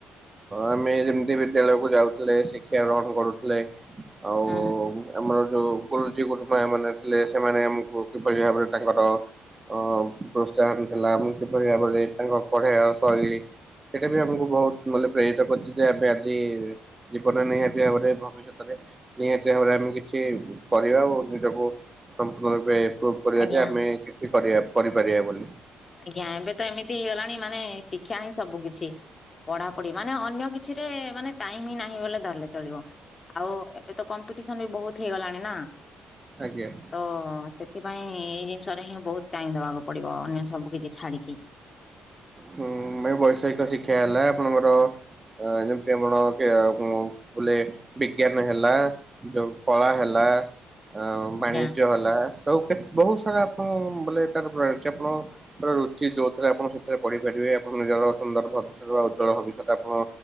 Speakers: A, on the right (about 20°); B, on the left (about 35°).
A: ଆମେ ଯେମିତି ବିଦ୍ୟାଳୟକୁୁ ଯାଉଥିଲେ, ଶିକ୍ଷା ଗ୍ରହଣ କରୁଥିଲେ, ଆଉ
B: ହୁଁ।
A: ଆଉ, ଆମର ଯୋଉ ଗୁରୁଜୀ, ଗୁରୁମା ମାନେ ଥିଲେ ସେମାନେ ଆମକୁ କିଭଳି ଭାବରେ ତାଙ୍କର ଅ ପ୍ରୋତ୍ସାହନ ଥିଲା, ଆମକୁ କିଭଳି ଭାବରେ ତାଙ୍କ ପଢେଇଆର ଶୈଳୀ ସେଇଟା ବି ଆମକୁ ବହୁତ ଗଲେ ପ୍ରେରିତ କରିଚି ଯେ, ଆମେ ଆଜି ଜୀବନରେ ନିହାତି ଭାବରେ ଭବିଷ୍ୟତରେ ନିହାତି ଭାବରେ ଆମେ କିଛି କରିବା ଓ ନିଜକୁ ସମ୍ପୂର୍ଣ୍ଣ ରୂପେ କରିବା
B: ଆଜ୍ଞା।
A: ଯେ, ଆମେ କିଛି କରିବା, କରିପାରିବା ବୋଲି।
B: ଆଜ୍ଞା, ଏବେ ତ ଏମିତି ହେଇଗଲାଣି, ମାନେ ଶିକ୍ଷା ହିଁ ସବୁ କିିଛି। ପଢାପଢି, ମାନେ ଅନ୍ୟ କିଛିରେ ମାନେ ଟାଇମ ହଁ ନାହିଁ ବୋଲେ ଧରିଲେ ଚଳିବ। ଆଉ, ଏବେ ତ କମ୍ପିଟିସନ ବି ବହୁତ ହେଇଗଲାଣି ନା।
A: ଆଜ୍ଞା।
B: ତ, ସେଥିପାଇଁ ଏଇ ଜିନିଷରେ ହିଁ ବହୁତ ଟାଇମ ଦବାକୁ ପଡିବ, ଅନ୍ୟ ସବୁ କିଛି ଛାଡିକି।
A: ହୁଁ ବୈଷୟିକ ଶିକ୍ଷା ହେଲା, ଆପଣଙ୍କର, ଯେମିତି ଆପଣ <unintelligible> ବୋଲେ, ବିଜ୍ଞାନ ହେଲା ଯୋଉ କଳା ହେଲା ଅ ବାଣିଜ୍ୟ
B: ଆଜ୍ଞା
A: ହେଲା, ସବୁ ବହୁତ ସାରା ଆପଣ ବୋଲେ ତାର ପ୍ର ଅଛି, ଆପଣ ହର ରୁଚି ଯୋଉଥିରେ ଆପଣ ସେଥିରେ ପଢ଼ିପାରିବେ ଆପଣ ନିଜର ସୁନ୍ଦର ଭବିଷ୍ୟତ ବା ଉଜ୍ଜଳ ଭବିଷ୍ୟତ ଆପଣ